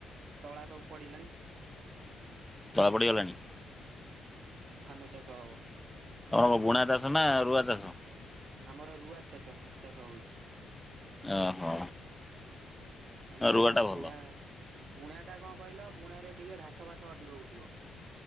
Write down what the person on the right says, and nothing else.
ତଳା ସବୁ ପଡିଲାଣି।
ଧାନ ଚାଷ ହବ।
ଆମର ରୁଆ ଚାଚ ଚାଷ ହୁଏ।
ଆମର
ବୁଣା ବୁଣା ଟା କଣ କହିଲ ବୁଣ ରେ ଟିକେ ଘାସ ଫାସ ଅଧିକ ଉଠିବ।